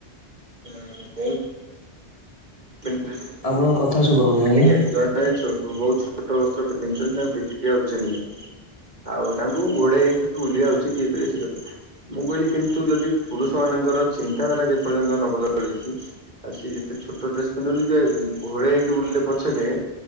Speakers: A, on the right; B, on the left.
A: ବହୁତ୍ <unintelligible> <unintelligible> <unintelligible> ବହୁତ୍
B: ଆପଣଙ୍କ କଥା ଶୁଭାହଉନି ଆଜ୍ଞା
A: ଛୋଟ ବସ୍ତ୍ର ପିନ୍ଧିଛନ୍ତି ତାଙ୍କୁ ପିନ୍ଧିବା ଉଚିତ୍ ନୁହଁ। ଆଉ ତାଙ୍କୁ ଘୋଡେଇ ହେଇକି ବୁଲିବା ଉଚିତ୍ ଇଏ କରିବା ସିଏ କରିବା ମୁଁ କହିଲି କିନ୍ତୁ ଯଦି ପୁରୁଷ ମାନଙ୍କର ଚିନ୍ତାଧାରା ଯେପର୍ଯ୍ୟନ୍ତ ନବଦଳିଛି ଆଉ ସିଏ ଯେତେ ଛୋଟ ଡ୍ରେସ ପିନ୍ଧନ୍ତୁ ପ୍ରାୟ ଘୋଡେଇହେଇକି ବୁଲିଲେ ପଛକେ